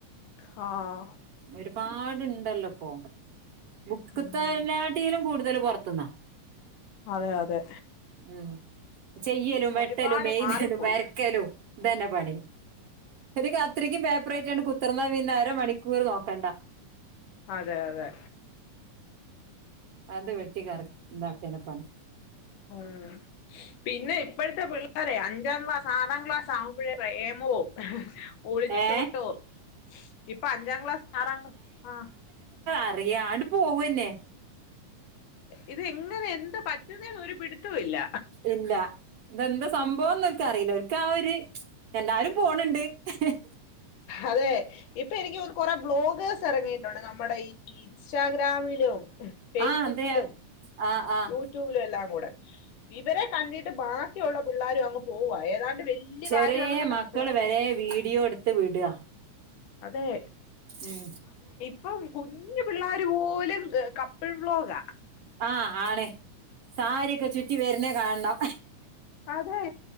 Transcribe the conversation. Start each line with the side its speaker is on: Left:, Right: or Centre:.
Left: ആ...
Right: ഒരുപാട്ണ്ടല്ലപ്പൊ ബുക്ക്ത്തെയ്ലാട്ടിലും
Left: ഉം
Right: കൂടുതല് തല് പൊറത്ത്ന്നാ...
Left: അതെ അതെ
Right: ഉം ചെയ്യലും, വെട്ടലും,
Left: ഒരുപാട്
Right: എഴുതലും,
Left: മാറിപ്പോയി
Right: വരക്കലും. ഇതന്നെ പണി എനിക്ക് അത്രക്കും പേപ്പറ ആായിട്ടാണ് കുത്തിർന്നാ പിന്നെഅര മണിക്കൂർ നോക്കണ്ട.
Left: അതെ അതെ
Right: അത് വെട്ടികാറ താക്ണപ്പണി.
Left: ഉ പിന്നെ ഇപ്പോഴത്തെ പിള്ളോര അഞ്ചാം ഗ്ലാസ്സ്. ആറാംക്ലാസ് ആവുമ്പോഴേ പ്രേമവും. ഒളിച്ചോട്ടോ
Right: ഏ
Left: ഇപ്പൊ അഞ്ചാം ക്ലാസ് ആറാം ക്ലാസ് ആ.
Right: അറിയാട് പോവെന്നെ
Left: ഇത്ങ്ങനെ എന്ത് പറ്റുന്നേ ഒരു പിടുത്തവും ഇല്ല.
Right: ഇല്ല ഇതെന്താ സംഭവംന്ന്ക്ക അറിയില്ല. ക ഓര്എല്ലാരും പോണിണ്ട്. ഹ് ഹ്
Left: അതെ ഇപ്പൊ എനിക്ക്ന്ന് കൊറെ ബ്ലോഗേഴ്സ്.. ഇറങ്ങിയിട്ടുണ്ട് നമ്മുടെ ഈ ഇൻസ്റ്റാഗ്രാമിലും ഫേസ്ബുക്കിലും.
Right: ആഹ് അതെ ആഹ് ആഹ്
Left: യൂട്യൂബില് എല്ലാം കൂടെ. ഇവരെ കണ്ടിട്ട് ബാക്കിയുള്ള പിള്ളേരും അങ്ങ് പോവ ഏതാണ്ട്. വെ വല്യ
Right: ചെറിയ
Left: കാര്യംന്ന കണ്ട
Right: മക്കള്
Left: പോന്നേ
Right: വരെ വീഡിയോ എടുത്ത് വിടാ
Left: അതെ.
Right: ഉം
Left: അപ്പൊ കുഞ്ഞു പിള്ളേർ പോലെ കപ്പിൾ ബ്ലോഗ,
Right: ആഹ് ആണ് സാരിയൊക്കെ ചുറ്റി വരുന്നേ കാണണം
Left: അതെ